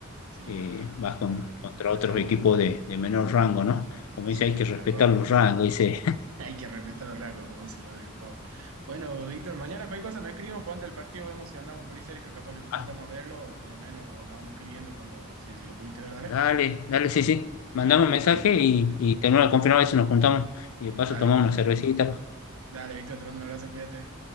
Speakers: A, on the right; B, on the left.
A: Sí,
B: eh,
A: es verdad.
B: vas con, contra otros
A: Va a estar
B: equipos
A: bueno.
B: de, de menor rango, ¿no? Como
A: Sí,
B: dice, hay que respetar
A: tal cual.
B: los rangos, dice,
A: <laughs> Hay que respetar el rango, como dice Rodrigo Pablo. Bueno, Víctor, mañana cualquier cosa nos escribimos, pues antes del partido vemos si andamos por ahí cerca, capaz que nos juntamos
B: "Ah,
A: a verlo, o por lo menos nos, nos vamos escribiendo cuando, si, si lo pudiste ver, dale.
B: dale, dale, sí, sí, mandame un mensaje
A: Dale,
B: y, y tenemos la confirmar si nos juntamos y de paso
A: dale,
B: tomamos una cervecita,
A: dale, Víctor, te mando un abrazo, cuídate.